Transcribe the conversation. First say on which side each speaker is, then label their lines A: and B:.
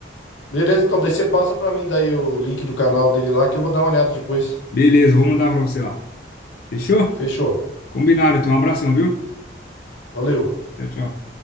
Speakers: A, on the left (about 80°); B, on the left (about 50°).
A: Beleza, então, daí você passa pra mim daí o link do canal dele lá que eu vou dar uma olhada depois.
B: Beleza, vou mandar pra você lá. Fechou?
A: Fechou.
B: Combinado, então. Um abração, viu?
A: Valeu.
B: Tchau, tchau.